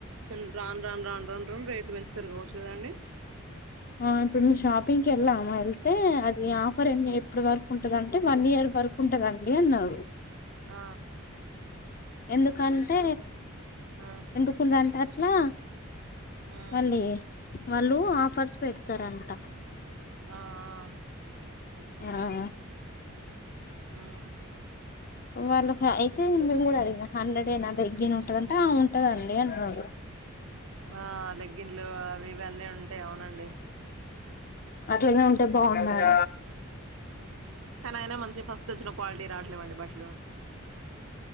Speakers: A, on the right; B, on the left.
A: ఉమ్ రాను రాను రాను రాను రాను రేట్లు పె తిరగవచ్చు కదండి
B: ఆ ఇప్పుడు మేము షాపింగ్ కి వెళ్ళాము వెళ్తే అది ఆఫర్ ఎప్పుడు వరకు ఉంటందింటే వన్ ఇయర్ వరకు ఉంటదండి అన్నారు
A: ఆ
B: ఎందుకంటే
A: ఆ
B: ఎందుకుండంటే అట్లా
A: ఆ
B: మళ్ళీ వాళ్ళు ఆఫర్స్ పెడతారంట
A: ఆ ఆ
B: ఆ ఆ
A: ఉమ్
B: వాళ్ళు అయితే మేము కూడా అడిగినా హండ్రెడ్ ఏనా లెగ్గిను ఉంటదంటే ఆ ఉంటదండి అన్నారు
A: ఆ లెగ్గిన్లు అవి ఇవన్నీ ఉంటాయి అవునండి
B: అట్లానే ఉంటే బాగున్నాయి
A: ఉమ్ కానీ అయినా మంచి ఫస్ట్ వచ్చిన క్వాలిటీ రాట్లేమండి బట్టలు